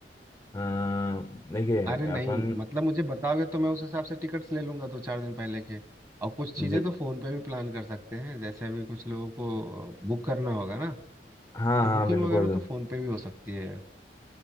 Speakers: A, on the left; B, on the right.
A: अ, देखिए
B: अरे नहीं
A: अपन
B: मतलब मुझे बताओगे तो मैं उस हिसाब से टिकट्स ले लूँगा दो चार दिन पहले के और कुछ
A: <laughs>
B: चीज़ें
A: जी
B: तो फ़ोन पे भी प्लान कर सकते हैं जैसे अभी कुछ लोगों को बुक करना होगा ना
A: हाँ
B: तो
A: हाँ
B: बुकिंग
A: बिल्कुल
B: वगैरह तो फ़ोन पे भी हो सकती है